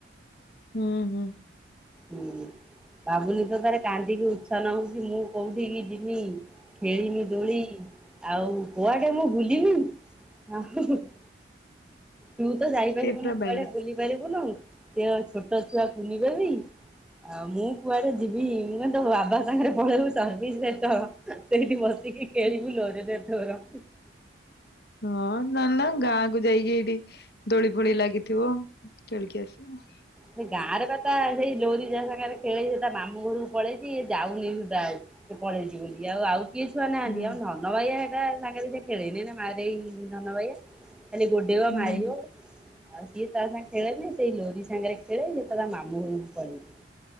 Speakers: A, on the left; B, in the centre.
A: ହୁଁ ହୁଁ।
B: ହୁଁ। ବାବୁନୀ ତ ତାରେ କାନ୍ଦିକି ଉଛନ ହଉଚି ମୁଁ କୋଉଠିିକି ଯିବି। ଖେଳିମି ଦୋଳି ଆଉ କୁଆଡେ ମୁଁ ବୁଲିବି। <unintelligible> ତୁ ତ ଯାଇପାରିବୁନୁ
A: ସେ ପୁରା
B: କୁଆଡେ
A: ବାଇଆ
B: ବୁଲି ପାରିବୁନୁ। ସିଏ ଛୋଟ ଛୁଆ କୁୁନି ବେବି। ଆଉ ମୁଁ କୁଆଡେ ଯିବି। ମୁଁ କହିଲି ତୋ ବାବା ସାଙ୍ଗରେ ପଳେଇବୁ ସର୍ଭିସ ସେଣ୍ଟର। ସେଇଠି ବସିକି ଖେଳିବୁ ଲୋରି ର ତୋର।
A: ହଁ। ନା ନା ଗାଁକୁ ଯାଇକି ଏଇଠି ଦୋଳି ଫୋଳି ଲାଗିଥିବ ଖେଳିକି ଆସିବ।
B: ସେ ଗାଁରେ ପା ତା ସେଇ ଲୋରି ଯାହା ସାଙ୍ଗରେ ଖେଳେଇ ସେ ତା ମାମୁଁ ଘରକୁ ପଳେଇଚି ଏ ଯାଉନି ସୁଧା। ସେ ପଳେଇଚି ବୋଲି। ଏ ଆଉ ଆଉ କିଏ ଛୁଆ ନାହାନ୍ତି।
A: ହୁଁ
B: ଆଉ ଧନ ବାଇଆ ହେଟା ସାଙ୍ଗରେ ସେ ଖେଳେନି। ହେଟା ମାରେଇ ଧନ ବାଇଆ। ଖାଲି ଗୋ ଡେଇବ
A: ହୁଁ
B: ମାରିବ ଆଉ ସିଏ ତା ସାଙ୍ଗେ ରେ ଖେଳେନି। ସେଇ ଲୋରି ସାଙ୍ଗରେ ଖେଳେ ସେ ତା ମାମୁଁ ଘରକୁ ପଳେଇଚି।